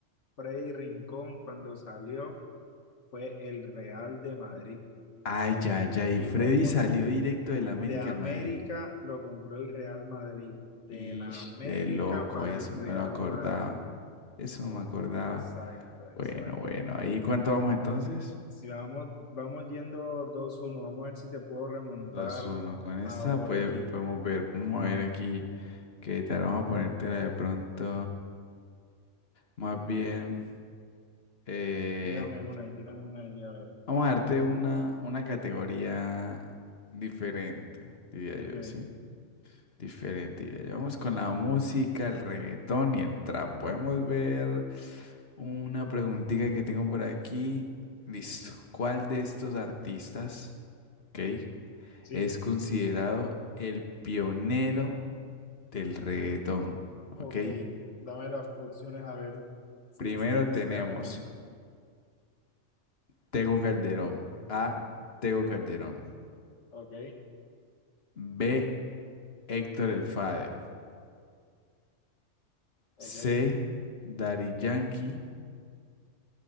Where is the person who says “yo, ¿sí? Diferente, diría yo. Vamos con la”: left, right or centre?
Left